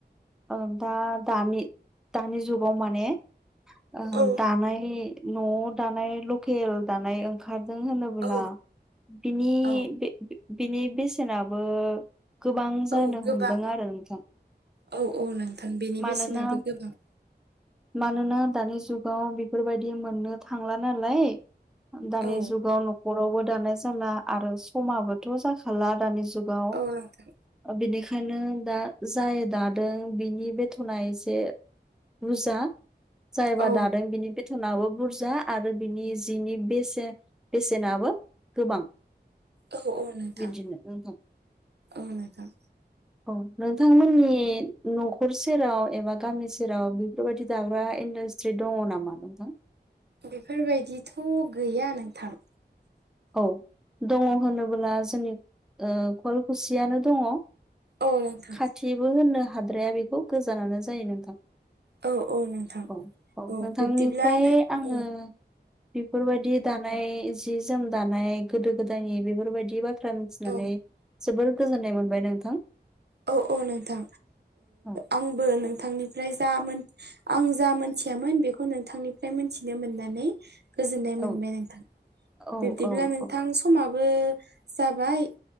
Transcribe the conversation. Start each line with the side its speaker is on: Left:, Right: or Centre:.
Centre: ओ-दा दानि दानि जुगाव माने ओ-
Right: औ
Centre: दानाय न' दानाय लकेल दानाय ओंखारजों होनोब् ब्ला
Right: औ
Centre: बिनि
Right: औ
Centre: बिनि बेसेनाबो गोबां जानो
Right: औ गोबां
Centre: हमदों आरो नोंथां।
Right: औ औ नोंथां बेनि
Centre: मानोना
Right: बेसेनाबो गोबां।
Centre: मानोना दानि जुगाव बेफोरबायदि मोननो थांला नालाय। दानि
Right: औ
Centre: जुगाव न'खरावबो दानाय जाला आरो समाबोथ' जाखाला दानि जुग गाव
Right: औ नोंथां
Centre: बिनिखायनो दा जाय दादों बिनि बेथ'ना एसे बुजा जायबा
Right: औ
Centre: दादों बिनि जोथोनाबो बुरजा आरो बिनि जिनि बेसेन बेसेनाबो गोबां।
Right: औ औ नोंथां
Centre: बिदिनो नोंथां
Right: औ नोंथां।
Centre: औ नोंथांमोननि न'खर सेराव एबा गामि सेराव बेफोरबायदि दाग्रा इन्डासट्रि दंङो नामा नोंथां।
Right: बेफोरबायदिथ' गैया नोंथां।
Centre: औ दंङो होनोब्ला जोंनि कुवालकुसियानो दंङो।
Right: औ नोंथां
Centre: खाथिबो होननो हाद्राया बेखौ गोजानानो जायो नोंथां
Right: औ औ नोंथां
Centre: औ औ नोंथांनिफ्राय
Right: बिब्दिब्ला औ
Centre: आंङो
Right: औ
Centre: बेफोरबायदि दानाय जि जोम दानाय गोदो गोदायनि बेफोरबायदि बाथ्रा मिथिनानै
Right: औ
Centre: जोबोर गोजोननाय मोनबाय नोंथां।
Right: औ औ नोंथां
Centre: औ
Right: आंबो नोंथांनि ओमफ्राय जा आं जा मोनथियामोन बेखौ नोंथांनिफ्राय मोनथिनो मोननानै गोजोननाय
Centre: औ
Right: मोनबाय नोंथां
Centre: औ
Right: बिब्दिब्ला
Centre: औ
Right: नोंथां समाबो जाबाय